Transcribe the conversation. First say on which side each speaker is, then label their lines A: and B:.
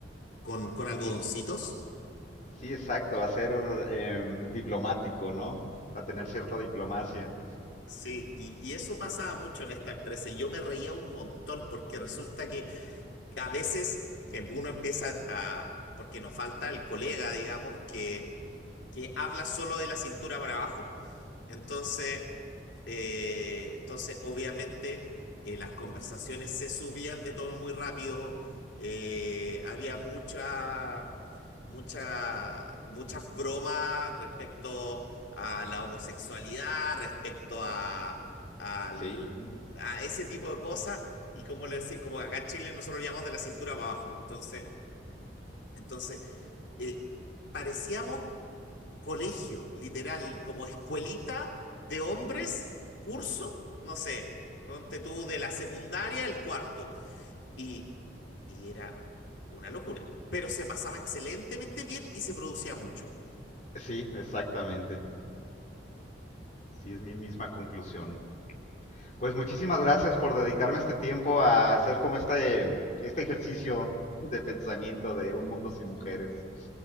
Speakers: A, on the left; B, on the left.
A: con, con algodoncitos.
B: Sí, sí, exacto. A ser em, diplomático, ¿no? A tener cierta diplomacia.
A: Sí, y, y eso pasaba mucho en esta empresa y yo me reía un montón porque resulta que a veces em- uno empieza a, porque nos falta el colega, digamos, que, que habla solo de la cintura para abajo entonces, eh, entonces obviamente, eh, las conversaciones se subían de tono muy rápido, eh, había mucha, mucha, muchas bromas respecto a la homosexualidad, respecto a, al-
B: Sí, ujú.
A: a ese tipo de cosas, y como le decía, como acá en Chile nosotros lo llamamos de la cintura para abajo. Entonces, entonces eh, parecíamos Colegio, literal, como escuelita de hombres, curso, no sé, ponte tú de la secundaria, el cuarto. Y, y era una locura. Pero se pasaba excelentemente bien y se producía mucho.
B: sí, exactamente. Sí, es mi misma conclusión. Pues muchísimas gracias por dedicarme este tiempo a hacer como este, este ejercicio de pensamiento de un mundo sin mujeres.